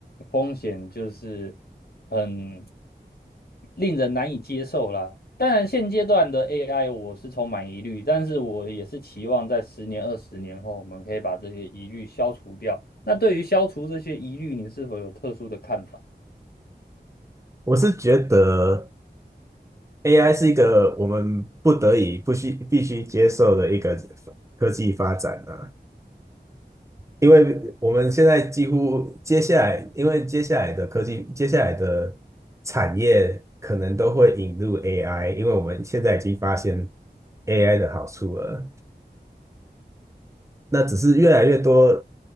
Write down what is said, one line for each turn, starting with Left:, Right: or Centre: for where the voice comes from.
Left: 风险就是。很令人难以接受啦。当然，现阶段的 AI 我是充满疑虑，但是我也是期望在十年、二十年后，我们可以把这些疑虑消除掉。那对于消除这些疑虑，你是否有特殊的看法？
Right: 我是觉得。AI 是一个我们不得已不需必须接受的一个科技发展啊，因为我们现在几乎接下来，因为接下来的科技，接下来的产业可能都会引入 AI，因为我们现在已经发现 AI 的好处了。那只是越来越多，